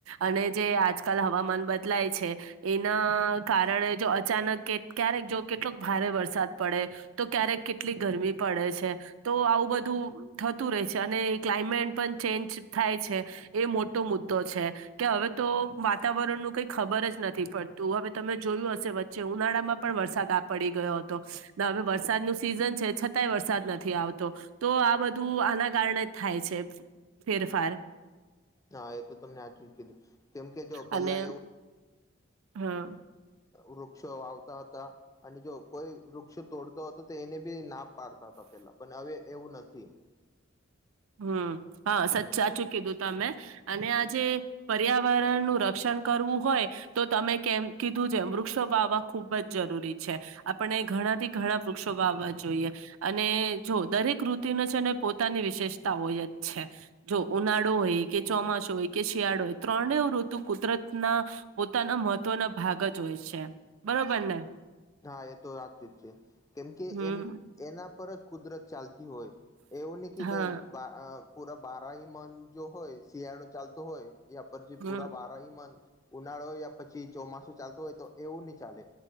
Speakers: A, on the right; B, on the left.
A: અને જે આજકાલ હવામાન બદલાય છે. એના કારણે જો અચાનક કે ક્યારેક જો કેટલોક ભારે વરસાદ પડે. તો ક્યારેક કેટલી ગરમી પડે છે. તો આવું બધું થતું રહે છે. અને ક્લાયમેટ પણ ચેન્જ થાય છે. એ મોટો મુદ્દો છે. કે હવે તો વાતાવરણનું કઈ ખબર જ નથી પડતું. હવે તમે જોયું હશે વચ ચે ઉનાળામાં પણ વરસાદ આ પડી ગયો હતો. ને હવે વરસાદનું સિઝન છે છતાંય વરસાદ નથી આવતો. તો આ બધું આના કારણે જ થાય છે. ફેરફાર
B: હા એતો તમને હાચુ જ કીધું. કેમ કે જો પેલા
A: અને
B: એવું
A: હહ
B: વૃક્ષો વાવતા હતા. અને જો કોઈ વૃક્ષ તોડતો હતો તો એને બી ના પાડતા હતા પેલા પણ હવે એવું નથી.
A: હમ હા સાચ સાચું કીધું તમે. અને આજે પર્યાવરણનું રક્ષણ કરવું હોય. તો તમે કેમ કીધું જેમ વૃક્ષો વાવવા ખુબ જ જરૂરી છે. આપણે ઘણાથી ઘણા વૃક્ષો વાવવા જોઈએ. અને જો દરેક રૂતિને છેને પોતાની વિશેષતા હોય જ છે. જો ઉનાળો હોય કે, ચોમાસું હોય કે, શિયાળો હોય ત્રણેવ ઋતુ કુદરતના પોતાના મહત્વના ભાગ જ હોય છે. બરોબર ને?
B: હા એ તો હાચું જ છે. કેમ કે
A: હમ
B: એમ એના પર જ કુદરત ચાલતી હોય. એવું નઈ કે ભાઈ
A: હા
B: પૂરા બારાહી મન જો હોય શિયાળો ચાલતો હોય. યા પછી
A: હમ
B: પુરા બારાહી મન ઉનાળો હોય યા પછી ચોમાસું ચાલતું હોય તો એવું ની ચાલે.